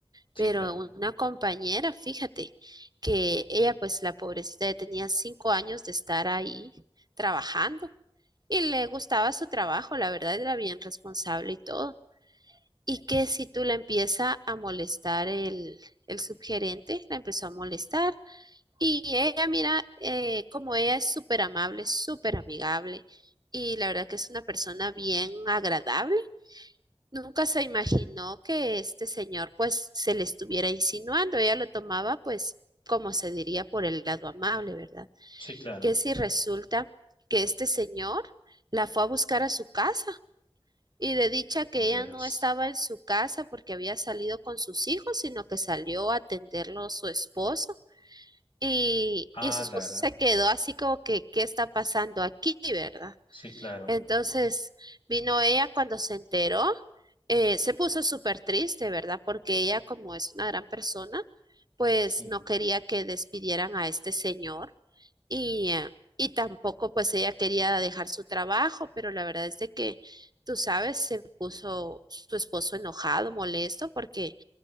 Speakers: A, on the left; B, on the right.
A: Sí,
B: pero
A: claro.
B: una compañera, fíjate, que ella, pues la pobrecita, ya tenía cinco años de estar ahí trabajando y le gustaba su trabajo, la verdad era bien responsable y todo Y que si tú la empieza a molestar el, el subgerente, la empezó a molestar. Y ella, mira, eh, como ella es súper amable, súper amigable, y la verdad que es una persona bien agradable. Nunca se imaginó que este señor pues se le estuviera insinuando. Ella lo tomaba pues como se diría por el lado amable, ¿verdad?
A: Sí, claro.
B: Que si resulta que este señor la fue a buscar a su casa y de dicha que
A: De veras.
B: ella no estaba en su casa porque había salido con sus hijos, sino que salió a atenderlo su esposo. Y,
A: Ah,
B: y su esposo
A: la gran.
B: se quedó así como que, ¿qué está pasando aquí, verdad?
A: Sí, claro.
B: Entonces vino ella cuando se enteró, eh, se puso súper triste, ¿verdad? Porque ella, como es una gran persona, pues
A: Sí.
B: no quería que despidieran a este señor. Y, eh, y tampoco pues ella quería dejar su trabajo, pero la verdad es de que, tú sabes, se puso su esposo enojado, molesto, porque